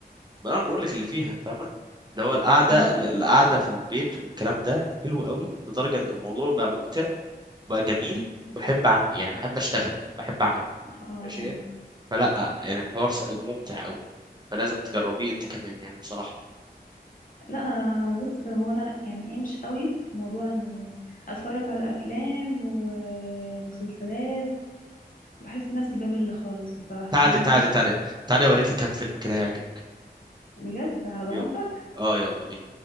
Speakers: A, on the right; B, on the left.
A: بس انا بقول لك اللي فيها فاهمه اللي هو القعده
B: م-
A: ال-
B: م.
A: القعده في البيت والكلام ده حلو قوي لدرجه ان الموضوع بقى ممتع بقى جميل بحب أعمل يعني بحب اشتغل بحب اعمله
B: اه
A: ماشي
B: اه
A: فلا يعني الحوار س- ممتع قوي فلازم تجربيه انت كمان يعني بصراحه
B: لا آه، بص هو انا يعني ايه مش قوي في موضوع ان اتفرج على افلام و- ومسلسلات بحس نفسي بمل خالص بصراحة
A: تعالي
B: او ما
A: تعالي
B: عنديش خلق
A: تعالي تعالي اوريكي كام فيلم كده هيعجبك
B: بجد على ضمانتك
A: يلا اه يلا بينا